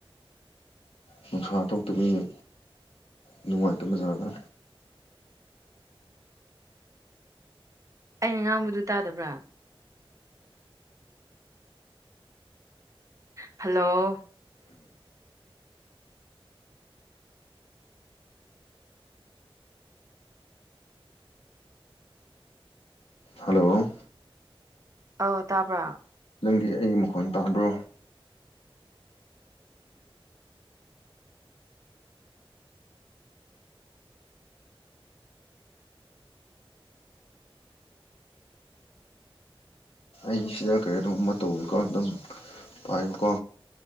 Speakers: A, on the left; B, on the right.
A: ꯅꯨꯡꯁꯥ ꯊꯣꯛꯇꯥꯕꯒꯤ ꯅꯨꯡꯉꯥꯏꯇꯕꯖꯥꯠꯂꯥ
B: ꯑꯩꯅ ꯉꯥꯡꯕꯗꯨ ꯇꯥꯗꯕ꯭ꯔꯥ ꯍꯜꯂꯣ
A: ꯍꯜꯂꯣ
B: ꯑꯧ ꯇꯥꯕ꯭ꯔꯥ
A: ꯅꯪꯗꯤ ꯑꯩ ꯃꯈꯣꯟ ꯇꯥꯕ꯭ꯔꯣ ꯑꯩꯁꯤꯗ ꯀꯔꯤꯅꯣꯝꯃ ꯇꯧꯋꯀꯣ ꯑꯗꯨꯝ ꯄꯥꯏꯌꯨꯀꯣ